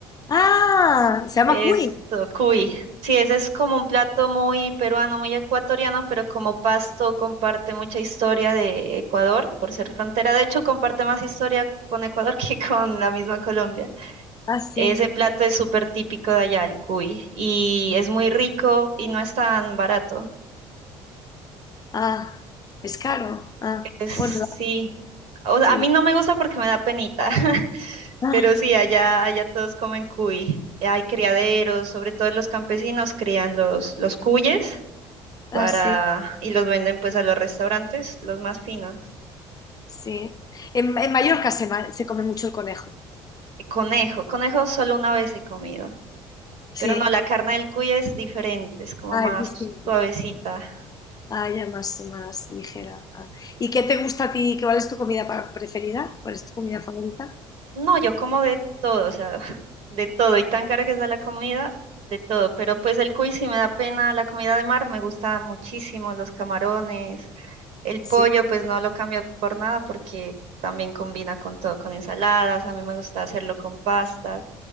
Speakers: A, on the left; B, on the right.
A: Ah, se llama
B: Eso,
A: cuy.
B: cuy. Sí, ese es como un plato muy peruano, muy ecuatoriano, pero como Pasto comparte mucha historia de Ecuador por ser frontera. De hecho, comparte más historia con Ecuador <laughs> que con la misma Colombia.
A: Ah, sí.
B: Ese plato es súper típico de allá, el cuy, y es muy rico y no es tan barato.
A: Ah, es caro. Ah,
B: Pues sí.
A: bueno, la-
B: O sea,
A: sí.
B: a mí no me gusta porque me da penita, <laughs>
A: Ah,
B: pero sí, allá, allá todos comen cuy. Hay criaderos, sobre todo los campesinos crían los, los cuyes para,
A: ah, sí,
B: y los venden pues a los restaurantes, los más finos.
A: sí. En, en Mallorca se, ma- se come mucho el conejo.
B: Y Conejo, conejo solo una vez he comido,
A: Sí.
B: pero no, la carne del cuy es diferente, es como
A: Ah,
B: más
A: es distinto.
B: suavecita.
A: Ah, ya más, más ligera. Ah. ¿Y qué te gusta a ti? ¿Cuál es tu comida pa- preferida? ¿Cuál es tu comida favorita?
B: No, yo como de todo, o sea, <laughs> de todo, y tan cara que está la comida, de todo, pero pues el cuy sí me da pena, la comida de mar me gusta muchísimo, los camarones, el pollo
A: Sí,
B: pues no lo cambio por nada porque también combina con todo, con ensaladas, a mí me gusta hacerlo con pastas,